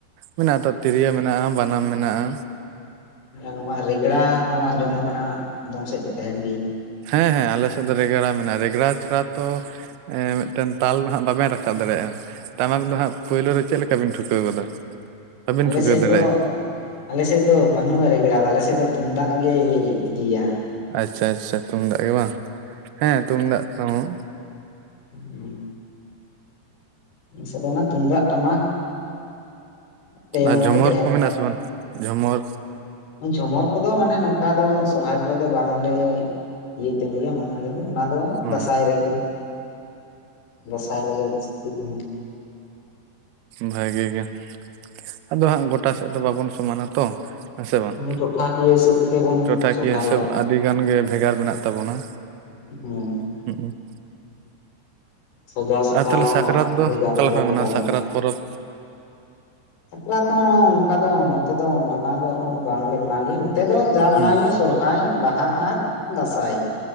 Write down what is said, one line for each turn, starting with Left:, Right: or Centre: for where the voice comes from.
Right: ᱢᱮᱱᱟᱜᱼᱟ ᱛᱚ ᱛᱤᱨᱭᱚ ᱢᱮᱱᱟᱜᱼᱟ, ᱵᱟᱱᱟᱢ ᱢᱮᱱᱟᱜᱼᱟ᱾
Left: ᱱᱚᱣᱟ ᱨᱮᱜᱽᱲᱟ ᱦᱚᱸ ᱟᱸᱡᱚᱢ ᱟᱠᱟᱱᱟ ᱫᱚᱢ ᱥᱮᱫ ᱫᱚ ᱛᱟᱦᱮᱱ ᱜᱮ᱾
Right: ᱦᱮᱸ ᱦᱮᱸ ᱟᱞᱮ ᱥᱮᱫ ᱫᱚ ᱨᱮᱜᱽᱲᱟ ᱢᱮᱱᱟᱜᱼᱟ ᱨᱮᱜᱽᱲᱟ ᱪᱷᱟᱲᱟ ᱛᱚ ᱮᱸ ᱢᱤᱫᱴᱮᱱ ᱛᱟᱞ ᱫᱚ ᱦᱟᱸᱜ ᱵᱟᱵᱮᱱ ᱨᱟᱠᱟᱵ ᱫᱟᱲᱮᱜᱼᱟ᱾ ᱴᱟᱢᱟᱠ ᱫᱚ ᱦᱟᱸᱜ ᱯᱩᱭᱞᱩ ᱨᱮ ᱪᱮᱫ ᱞᱮᱠᱟᱵᱤᱱ ᱴᱷᱩᱠᱟᱹᱣ ᱜᱚᱫᱟ ᱵᱟᱹᱵᱤᱱ
Left: ᱟᱞᱮ
Right: ᱴᱷᱩᱠᱟᱹᱣ
Left: ᱥᱮᱫ
Right: ᱫᱟᱲᱮᱜᱼᱟ᱾
Left: ᱫᱚ ᱟᱞᱮ ᱥᱮᱫ ᱫᱚ ᱵᱟᱹᱱᱩᱜᱼᱟ ᱨᱮᱜᱽᱲᱟ ᱫᱟ ᱟᱞᱮ ᱥᱮᱫ ᱫᱚ ᱛᱩᱢᱫᱟᱜ ᱜᱮ ᱜᱮᱭᱟ᱾
Right: ᱟᱪᱪᱷᱟ ᱟᱪᱪᱷᱟ ᱛᱩᱢᱫᱟᱜ ᱜᱮ ᱵᱟᱝ ᱦᱮᱸ ᱛᱩᱢᱫᱟᱜ ᱛᱮᱦᱚᱸ
Left: ᱦᱩᱸ ᱥᱮ ᱛᱩᱢᱫᱟᱜ ᱴᱟᱢᱟᱠ ᱴᱮᱭᱚᱝ
Right: ᱟᱨ ᱡᱷᱚᱢᱚᱨ
Left: ᱛᱟᱦᱮᱱ
Right: ᱠᱚ ᱢᱮᱱᱟᱜᱼᱟ
Left: ᱠᱷᱟᱡ
Right: ᱥᱮ ᱵᱟᱝ ᱡᱷᱚᱢᱚᱨ?
Left: ᱡᱷᱚᱢᱚᱨ ᱠᱚᱫᱚ ᱢᱟᱱᱮ ᱱᱚᱝᱠᱟ ᱫᱚ ᱥᱚᱨᱦᱟᱭ ᱠᱚᱨᱮ ᱫᱚ ᱵᱟᱝᱞᱮ ᱤᱭᱟᱹᱭ ᱛᱩᱢ ᱜᱮᱭᱟ ᱢᱟᱱᱮ ᱞᱮ ᱚᱱᱟ ᱫᱚ
Right: ᱚ
Left: ᱫᱟᱸᱥᱟᱭ ᱨᱮᱜᱮ ᱫᱟᱸᱥᱟᱭ ᱨᱮᱜᱮ ᱡᱟᱹᱥᱛᱤ ᱫᱚ ᱦᱟᱸᱜ
Right: ᱵᱷᱟᱜᱤ ᱜᱮ᱾ ᱟᱫᱚ ᱦᱟᱸᱜ ᱜᱚᱴᱟ ᱥᱮᱫ ᱫᱚ ᱵᱟᱵᱚᱱ ᱥᱚᱢᱟᱱᱟ ᱛᱚ᱾ ᱦᱮᱸ ᱥᱮ ᱵᱟᱝ
Left: ᱴᱚᱴᱷᱟᱠᱤᱭᱟᱹ ᱦᱤᱥᱟᱹᱵ ᱛᱮᱵᱚᱱ
Right: ᱴᱚᱴᱷᱟᱠᱤᱭᱟᱹ
Left: ᱥᱚᱨᱦᱟᱭᱚᱜᱼᱟ
Right: ᱦᱤᱥᱟᱹᱵᱽ
Left: ᱵᱚᱱ
Right: ᱟᱹᱰᱤ ᱜᱟᱱ ᱜᱮ ᱵᱷᱮᱜᱟᱨ ᱢᱮᱱᱟᱜ ᱛᱟᱵᱚᱱᱟ᱾
Left: <unintelligible>
Right: <unintelligible>
Left: ᱥᱟᱡᱟᱣ ᱥᱟᱯᱲᱟᱣ
Right: ᱟᱨ ᱛᱟᱦᱚᱞᱮ ᱥᱟᱠᱨᱟᱛ
Left: ᱦᱚᱸ
Right: ᱫᱚ
Left: ᱵᱷᱮᱜᱟᱨ
Right: ᱚᱠᱟ
Left: ᱵᱷᱮᱜᱟᱨ
Right: ᱞᱮᱠᱟ
Left: ᱜᱮᱛᱟ
Right: ᱢᱟᱱᱟᱜᱼᱟ
Left: ᱵᱚᱱᱟ
Right: ᱥᱟᱠᱨᱟᱛ ᱯᱚᱨᱚᱵᱽ᱾
Left: ᱥᱟᱠᱨᱟᱛ ᱦᱚᱸ ᱚᱱᱠᱟ ᱫᱚ ᱱᱚᱛᱮ ᱫᱚ ᱢᱟᱱᱟᱣ ᱫᱚ ᱵᱟᱝᱞᱮ ᱢᱟᱱᱟᱣ ᱜᱮᱭᱟ ᱱᱚᱛᱮ ᱫᱚ ᱡᱟᱦᱟᱸ ᱢᱟᱱᱟᱣ
Right: ᱦᱩᱸ
Left: ᱜᱮᱭᱟ ᱥᱚᱨ ᱦᱟᱭ ᱵᱟᱦᱟ ᱟᱨ ᱫᱟᱸᱥᱟᱭ